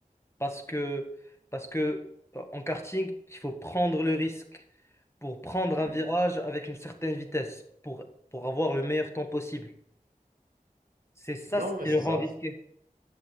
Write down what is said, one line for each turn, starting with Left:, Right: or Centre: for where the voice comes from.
Left: Parce que, parce que euh, en karting, il faut prendre le risque pour prendre un
Right: Mm.
Left: virage avec une certaine vitesse, pour, pour avoir le meilleur temps possible. C'est ça
Right: Non,
Left: ce
Right: mais
Left: qui
Right: c'est
Left: le rend
Right: ça.
Left: risqué.